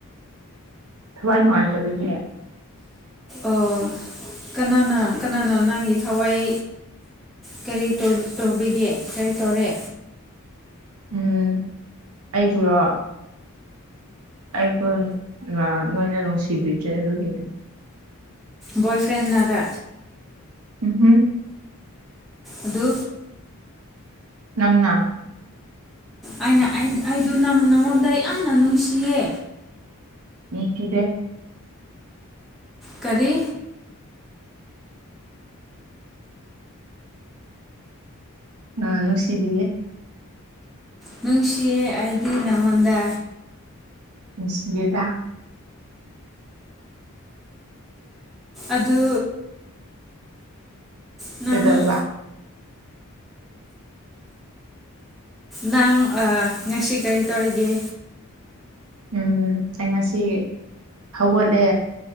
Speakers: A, on the right; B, in the centre.
A: ꯊꯋꯥꯏ ꯅꯨꯡꯉꯥꯏꯇꯥꯕꯒꯤꯅꯦ
B: ꯑꯣ ꯀꯅꯥꯅ ꯀꯅꯥꯅꯣ ꯅꯪꯒꯤ ꯊꯋꯥꯏ ꯀꯔꯤ ꯇꯣꯕꯤ ꯇꯧꯕꯤꯒꯦ ꯀꯔꯤ ꯇꯧꯔꯦ
A: ꯎꯝ ꯑꯩꯕꯨꯔꯣ ꯑꯩꯕꯨ ꯅꯣꯏꯅ ꯅꯨꯡꯁꯤꯕꯤꯗ꯭ꯔꯦ ꯑꯗꯨꯒꯤꯅꯦ
B: ꯕꯣꯏ ꯐ꯭ꯔꯦꯟꯅꯥꯒꯥ
A: ꯎꯝ ꯍꯝ
B: ꯑꯗꯨ
A: ꯅꯪꯅ
B: ꯑꯩꯅ ꯑꯩꯗꯨ ꯅ ꯅꯪꯉꯣꯟꯗ ꯌꯥꯝꯅ ꯅꯨꯡꯁꯤꯌꯦ
A: ꯅꯨꯡꯁꯤꯗꯦ
B: ꯀꯔꯤ
A: ꯅꯨꯡꯁꯤꯗꯤꯌꯦ
B: ꯅꯨꯡꯁꯤꯌꯦ ꯑꯩꯗꯤ ꯅꯪꯉꯣꯟꯗ
A: ꯅꯨꯡ ꯁꯤꯗꯦꯗ
B: ꯑꯗꯨ ꯅꯨꯡ
A: ꯀꯩꯗꯧꯔꯕ
B: ꯅꯪ ꯑꯥ ꯉꯁꯤ ꯀꯔꯤ ꯇꯧꯔꯤꯒꯦ
A: ꯎꯝ ꯑꯩ ꯉꯁꯤ ꯍꯧꯒꯠꯂꯦ